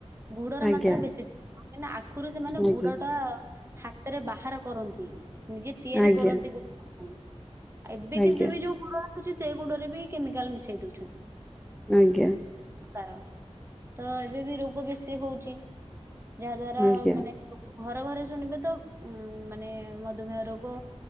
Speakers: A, on the right (about 25°); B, in the centre.
A: ଗୁଡର
B: ଆଜ୍ଞା
A: ମାତ୍ରା ବେଶୀ ଥିବ, କାହିଁକି ନା ଆଖୁରୁ ସେମାନେ ଗୁଡ
B: ଆଜ୍ଞା
A: ଟା ହାତରେ ବାହାର କରନ୍ତି, ନିଜେ ତିଆରି
B: ଆଜ୍ଞା
A: କରନ୍ତି ଗୁଡକୁ। ଆଉ ଏବେ କିନ୍ତୁ
B: ଆଜ୍ଞା
A: ବି ଯୋଉ ଗୁଡ ଆସୁଛି ସେ ଗୁଡରେ ବି କେମିକାଲ୍ ମିଶେଇ ଦଉଛନ୍ତି।
B: ଆଜ୍ଞା।
A: ସାର ତ ଏବେ ବି ରୋଗ ବେଶୀ ହଉଚି। ଯାହା ଦ୍ଵାରା
B: ଆଜ୍ଞା
A: ମାନେ ଲୋକ ଘରେ ଘରେ ଶୁଣିବେ ତ ଉଁ, ମାନେ ମଦୁମେହ ରୋ ଗ